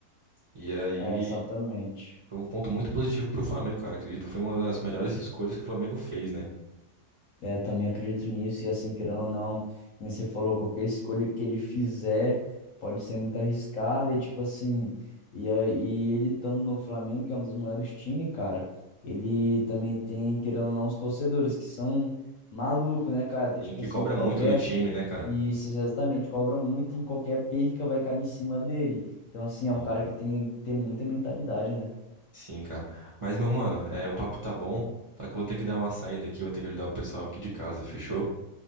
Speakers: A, on the right; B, on the left.
A: E aí
B: É, exatamente.
A: foi um ponto muito positivo pro Flamengo, cara. Acredito que foi uma das melhores escolhas que o Flamengo fez, né?
B: É, também acredito nisso, e assim, querendo ou não, como você falou, qualquer escolha que ele fizer pode ser muito arriscada, e tipo assim, e, aí ele estando no Flamengo, que é um dos maiores times, cara, ele também tem, querendo ou não, os torcedores, que são malucos, né, cara? Tá,
A: E
B: tipo
A: que
B: assim,
A: cobra
B: qualquer,
A: muito do time, né, cara?
B: e isso exatamente, cobra muito, em qualquer perca vai cair em cima dele. Então, assim, é um
A: Sim,
B: cara que tem, tem muita mentalidade, né?
A: sim, cara. Mas, meu mano, é, o papo tá bom, só que eu vou ter que dar uma saída aqui, eu vou ter que ajudar o pessoal aqui de casa, fechou?